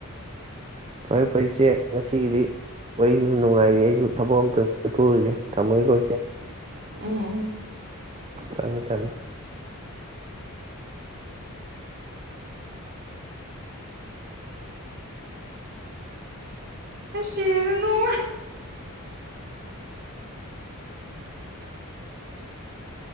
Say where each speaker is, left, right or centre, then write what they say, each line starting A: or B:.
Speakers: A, on the right (about 25°); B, on the right (about 50°).
A: ꯐꯔꯦ ꯐꯔꯦ ꯏꯆꯦ ꯉꯁꯤꯒꯤꯗꯤ ꯋꯥꯔꯤꯁꯨ ꯅꯨꯡꯉꯥꯏꯔꯤ ꯑꯩꯁꯨ ꯊꯕꯛ ꯑꯃꯇ ꯆꯠꯊꯣꯛꯎꯔꯤꯒꯦ ꯊꯝꯃꯒꯦꯀꯣ ꯏꯆꯦ
B: ꯎꯝ ꯎꯝ
A: ꯊꯃꯦ ꯊꯃꯦ
B: ꯑꯩ ꯁꯤꯔꯤꯗ ꯅꯣ <inaudible>